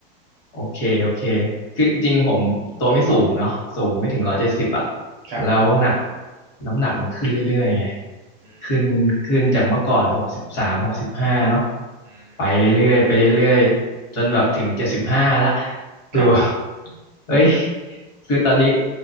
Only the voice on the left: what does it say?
โอเคโอเคคือจริงๆผมตัวไม่สูงเนาะสูงไม่ถึงร้อยเจ็ดสิบอะ
แล้วหนักน้ำหนักมันขึ้นเรื่อยๆไง
ขึ้นขึ้นจากเมื่อก่อนหกสิบสามหกสิบห้าเนาะ
ไปเรื่อยๆไปเรื่อยๆจนแบบถึงเจ็ดสิบห้าละคือแบบ
<laughs> เอ้ยคือตอนนี้